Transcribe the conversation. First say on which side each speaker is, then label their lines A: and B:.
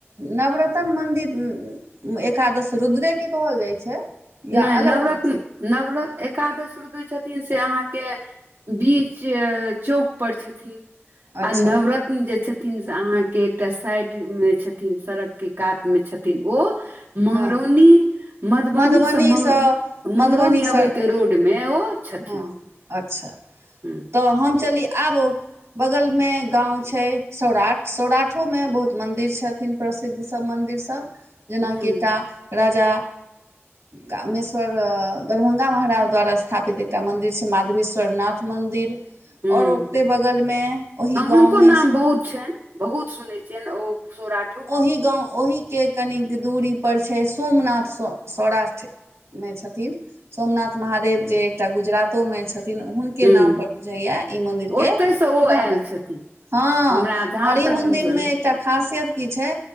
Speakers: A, on the right; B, on the right.
A: नवरतन मंदिर एकादश रुद्रे के कहल जाय छै या
B: नै
A: अलग
B: नवरत्न
A: चीज छै
B: नवरत एकादश रुदय छथिन से अहाँके बीच चौक पर छथिन
A: अच्छा
B: आ नवरत्न जे छथिन से अहाँके एकटा साइड मे छथिन सड़क के कात मे छथिन ओ मंगरौनी
A: हँ
B: मधुबनी
A: मधुबनीसँ
B: स मंग मंगरौनी
A: मधुबनीसँ
B: अबे के रोड मे ओ छथिन
A: हँ अच्छा
B: हूं
A: तऽ हम चली आब बगल मे गाँंव छै सौराठ सौराठो मे बहुत मंदिर छथिन प्रसिद्ध सब मन्दिर सब जेनाकि
B: हूं
A: एकटा राजा कामेश्वर दरभंगा महाराज द्वारा स्थापित एकटा मन्दिर छै माधवेश्वरनाथ मन्दिर
B: हूं
A: आओर ओकरे बगलमे ओही
B: हँ हुनको
A: गाँवमे
B: नाम बहुत छै बहुत सुनै छियैन ओ सोरा
A: ओहि गाँव ओहि के कनिक दूरी पर छै सोमनाथ स सौराष्ठमे छथिन सोमनाथ महादेव जे एकटा गुजरातो मे छथिन हुन के
B: हूं
A: नाम पर बुझैया ई मंदिर के
B: ओतयसँ ओ
A: नाम
B: आयल
A: रा
B: छथिन
A: हँ
B: हमरा जहाँ
A: आओर ई
B: तक
A: मन्दिर
B: बूझल
A: मे एकटा खासियत की छै